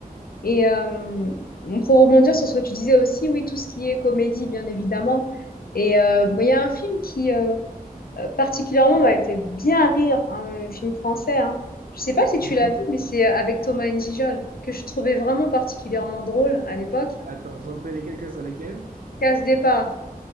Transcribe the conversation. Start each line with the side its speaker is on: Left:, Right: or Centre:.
Left: Et euh, pour rebondir sur ce que tu disais aussi, oui, tout ce qui est comédie, bien évidemment. Et euh, moi,
Right: Mhm.
Left: il y a un film qui, euh, euh, particulièrement, m'avait fait bien rire, hein, le film français, hein. Je sais pas si
Right: Mhm.
Left: tu l'as vu, mais c'est euh, avec Thomas N'Gijol, que je trouvais vraiment particulièrement drôle à l'époque.
Right: Attends, j'en connais quelques sur lesquels.
Left: Et à ce départ,